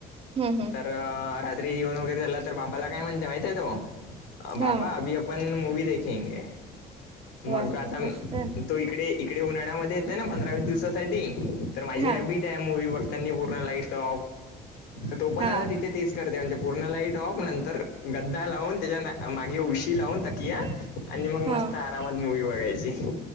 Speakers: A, on the right (about 35°); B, on the left (about 85°).
A: हम्म हम्म
B: तर रात्री जेवन वगैरे झाला तर बाबाला काय म्हणते माहितय तो बाबा
A: हा
B: अ आपण मूवी देखेंगे
A: वा
B: मग आता
A: मस्त आहे.
B: तो इकडे इकडे उन्हाळ्यामध्ये येत ना पंधरावीस दिवसासाठी तर माझी
A: हा
B: हॅबिट आहे मूवी बघतानी. पूर्ण लाईट ऑफ तो, पण
A: हा
B: आता तिथे तेच करते म्हणजे पूर्ण लाईट. टॉप नंतर गद्दा लावून, त्याच्या मागे उशी लावून तकिया. आणि मग
A: हा
B: मस्त आरामात मूवी बघायची